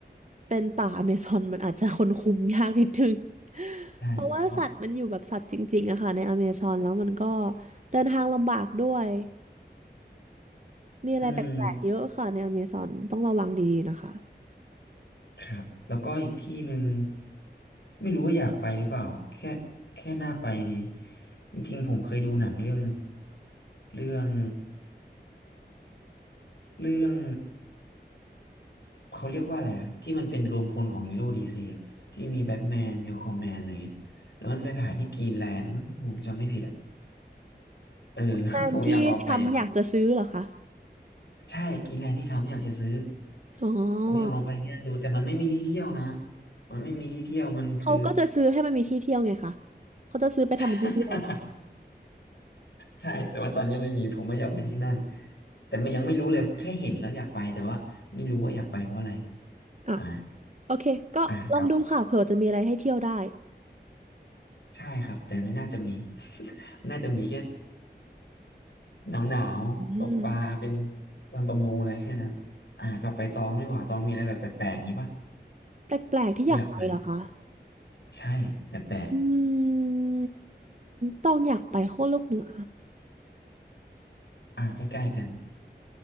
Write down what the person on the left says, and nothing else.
ใช่
อืม ครับแล้วก็อีกที่หนึ่งไม่รู้ว่าอยากไปหรือเปล่าแค่แค่น่าไปดีจริงๆผมเคยดูหนังเรื่องเรื่องเรื่องเขาเรียกว่าอะไรอะที่มันเป็นรวมพลของฮีโร่ดีซีที่มีแบทแมนมีคอมแมนอะไรเงี้ยแล้วมันไปผ่าที่กรีนแลนด์มั้งาผมจำไม่ผิดอะเออ <laughs>
ผมอยากลองไปอย่างนี้นใช่กรีนแลนด์ที่ทำอยากจะซื้อ
ผมอยากลองไปที่นั่นดูแต่มันไม่มีที่เที่ยวนะมันไม่มีที่เที่ยวมันคือ
<laughs> ใช่แต่ว่าตอนนี้ไม่มีผมไม่อยากไปที่นั่นแต่มันยังไม่รู้เลยแค่เห็นแล้วอยากไปแต่ว่าไม่รู้ว่าอยากไปเพราะอะไร
อ่า
อ่าครับใช่ครับแต่ไม่น่าจะมี <laughs> มันน่าจะมีแค่หนาวหนาวตกปลาเป็น
ลำประมงอะไรแค่นั้นอ่ากลับไปตองดี่ว่าตองมีอะไรแบบแปลกๆอย่างนี้ปะ
ที่อยากไปใช่แปลก
ๆอ่าใกล้ๆกัน